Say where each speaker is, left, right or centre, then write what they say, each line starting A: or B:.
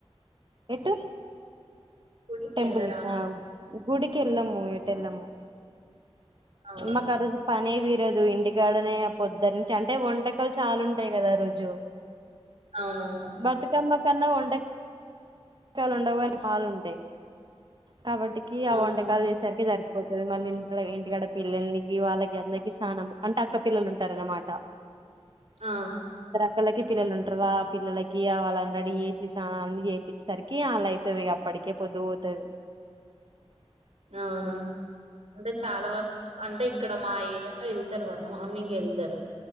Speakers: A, on the right; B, on the right.
A: ఎటు
B: గుడికి
A: టెంపుల్
B: ఎళ్ళరా అంట
A: ఆ గుడికి ఎలమూ ఇట ఎలమో
B: అవును.
A: మాకా రోజు పనిది లేదు ఇంటికాడనే పొద్దున్న నుంచి అంటే వంటకాలు చాలా ఉంటాయి కదా ఆ రోజు
B: అవునవును.
A: బతుకమ్మ కన్న ఉండ పుకాలు ఉండవునికి పాలుంటాయి కాబట్టికి ఆ
B: అవునా?
A: వంటకాలు చేసరికి జరుగుయి తుంది మళ్ళీ ఇంట్ ఇంటికాడ పిల్లకి వాళ్ళకి అందరిక స్నానం అంటే అక్కపిల్లలు ఉంటారు అనమాట
B: ఆ
A: పక్కళ్ళకి పిల్లలు ఉంటారువా పిల్లలకి వాళ్ళని రేడీ చేసి అ చేయిించే సరికి కి అలా అవుతుది అప్పటికే పొదు పోతుది
B: అవునా అంటే చాలా వర అంటే ఇక్కడ మాయ ఎలో వెళ్తారు వన్ మార్నింగ్ వెళ్తారు